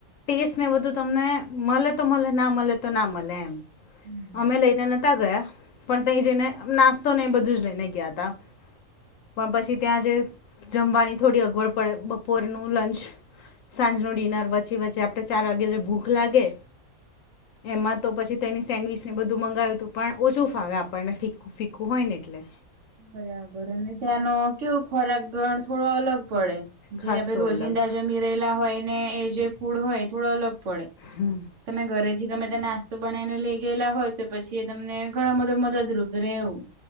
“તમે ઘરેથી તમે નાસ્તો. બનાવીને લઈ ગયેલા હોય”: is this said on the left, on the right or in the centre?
Right